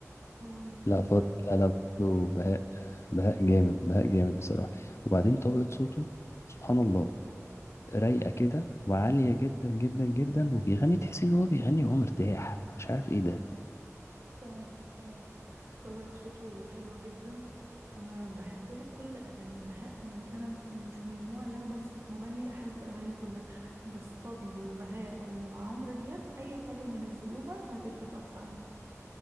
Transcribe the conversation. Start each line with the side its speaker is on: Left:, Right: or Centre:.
Right: اه
Left: لا
Right: اللي
Left: فضل
Right: هو
Left: لا لا برضه بهاء بهاء جامد بهاء جامد بصراحة وبعدين طبقة صوته سبحان الله رايقه كده وعاليه جدا جدا جدا وبيغني تحس ان هو بيغني وهو مرتاح مش عارف ايه ده
Right: فعلا فعلا طبقة صوته حلوة جدا انا بحب له كل اغانيه بهاء يعني انا مش من النوع اللي انا بمسك مغني احب اغانيه كلها بس فضل وبهاء وعمرو دياب اي حاجة هينزلوها هتبقى تحفة عندي